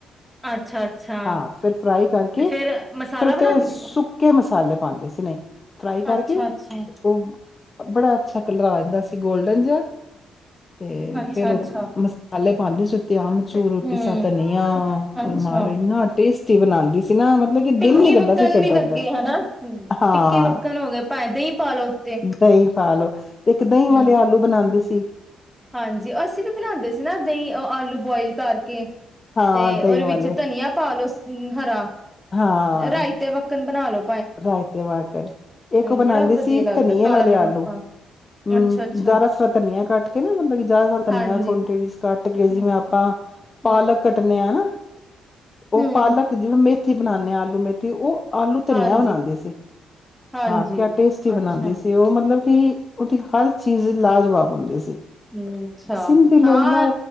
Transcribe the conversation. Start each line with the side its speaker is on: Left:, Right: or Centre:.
Centre: ਅੱਛਾ ਅੱਛਾ
Left: ਹਾਂ ਫਿਰ ਫਰਾਈ ਕਰਕੇ
Centre: ਤੇ ਫੇਰ ਮਸਾਲਾ
Left: ਫਿਰ
Centre: ਬਣਾਉਂਦੇ
Left: ਤੇ ਸੁੱਕੇ
Centre: ਸੀ
Left: ਮਸਾਲੇ ਪਾਉਂਦੇ ਸੀ ਨੇ ਫਰਾਈ ਕਰਕੇ
Centre: ਅੱਛਾ ਅੱਛਾ
Left: ਉਹ ਬੜਾ ਅੱਛਾ ਕਲਰ ਆ ਜਾਂਦਾ ਸੀ ਗੋਲਡਨ ਜਿਹਾ ਤੇ
Centre: ਅੱਛਾ
Left: ਫੇਿਰ
Centre: ਅੱਛਾ
Left: ਮਸਾਲੇ ਪਾਾਂਦੇ ਸੁ ਤੇ ਅਮਚੂਰ
Centre: ਹੂੰ
Left: ਪ ਸ ਤੇ
Centre: ਅੱਛਾ
Left: ਮਾਰ ਇੰਨਾ ਟੇਸਟੀ ਬਣਾਉਂਦੀ ਸੀ ਨਾ ਮਤਲਬ ਕਿ
Centre: ਟਿੱਕੀ
Left: ਦਿਲ ਨ ਕਰਦਾ
Centre: ਵੱਕਣ
Left: ਸੀ ਛੱਡਣ
Centre: ਵੀ ਲੱਗੇ
Left: ਦਾ
Centre: ਹਨਾ
Left: ਹਾਂ
Centre: ਟਿੱਕੀ ਵੱਕਣ ਹੋ ਗਏ ਭਾਵੇਂ ਦਹੀਂ ਪਾ ਲਓ ਉੱਤੇ
Left: ਦਹੀਂ ਪਾਲੋ। ਇੱਕ ਦਹੀਂ
Centre: ਹੂੰ
Left: ਵਾਲੇ ਆਲੂ ਬਣਾਉਂਦੇ ਸੀ। ਤੇ
Centre: ਹਾਂਜੀ, ਅਸੀਂ ਵੀ ਬਣਾਉਦੇ ਸੀ ਨਾ, ਦਹੀਂ- ਆਲੂ ਬੋਇਲ ਕਰਕੇ
Left: ਹਾਂ
Centre: ਤੇ
Left: ਦਹੀਂ
Centre: ਉਹਦੇ
Left: ਵਾਲੇ
Centre: ਵਿੱਚ ਧਨੀਆ ਪਾ ਪਾ ਲੋ ਹਰਾ।
Left: ਹਾਂ
Centre: ਰਾਯਤੇ ਵਕਨ। ਬਣਾ ਲਓ।
Left: ਰਾਇਤੇ ਵਾਕਨ। ਇੱਕ ਉਹ ਬਣਾਉਂਦੇ
Centre: ਬੜਾ ਵਧੀਆ
Left: ਸੀ।
Centre: ਲੱਗਦਾ
Left: ਧਨੀਏ
Centre: ਕਾਲਾ
Left: ਵਾਲੇ
Centre: ਨਮਕ
Left: ਆਲੂ
Centre: ਪਾ
Left: ਹਮ,
Centre: ਅੱਛਾ ਅੱਛਾ
Left: ਜਾਯਦਾ ਸਾਂਰਾ ਧਨੀਆ ਕੱਟ ਕੇ ਨਾ ਮਤਲਬ ਜ਼ਿਆਦਾ ਸਾਰਾ ਧਨੀਆਂ
Centre: ਹਾਂਜੀ
Left: ਕੁਆਂਟਿਟੀ ਕੱਟ ਕੇ, ਜਿਵੇਂ
Centre: ਹਮ
Left: ਆਪਾਂ ਪਾਲਕ
Centre: ਹਮ
Left: ਕੱਟਣੇ ਆ ਨਾ। ਉਹ
Centre: ਹਮ
Left: ਪਾਲਕ ਜਿਵੇਂ ਮੇਥੀ ਮੇਥੀ ਬਣਾਨੇਆ, ਆਲੂ- ਮੇਥੀ ਉਹ ਆਲੂ ਧਨੀਆ
Centre: ਹਾਂਜੀ
Left: ਬਣਾਉਂਦੀ ਸੀ।
Centre: ਹਾਂਜੀ
Left: ਹਾਂ, ਕਿਆ ਟੇਸਟੀ
Centre: ਅੱਛਾ
Left: ਬਣਾਉਂਦੀ ਸੀ। ਉਹ ਮਤਲਬ ਕਿ ਉਹਦੀ ਹਰ ਚੀਜ਼ ਲਾਜਵਾਬ ਹੁੰਦੀ ਸੀ।
Centre: ਹਮ ਅੱਛਾ,
Left: ਸਿੰਧੀ ਲੋਕ
Centre: ਹਾਂ
Left: ਦਾ